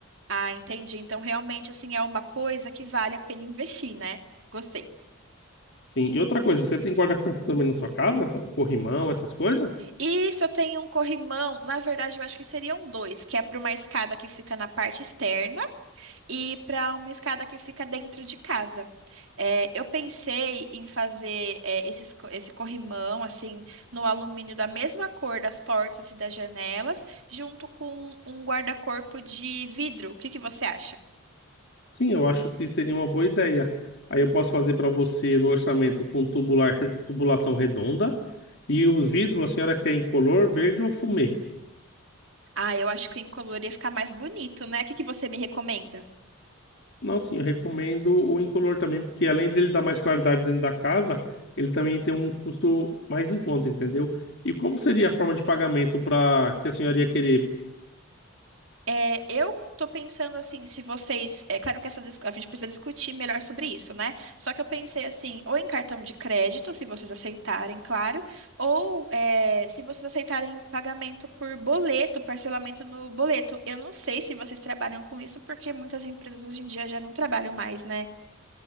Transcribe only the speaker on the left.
Sim. E outra coisa, você tem guarda-corpo também na sua casa? O corrimão, essas coisas?
Sim, eu acho que seria uma boa ideia. Aí eu posso fazer para você no orçamento com tubular, tubulação redonda e os vidros, a senhora quer incolor, verde ou fumê?
Não, sim, eu recomendo o incolor também, porque além de ele dar mais claridade dentro da casa, ele também tem um custo mais em conta, entendeu? E como seria a forma de pagamento para que a senhora ia querer?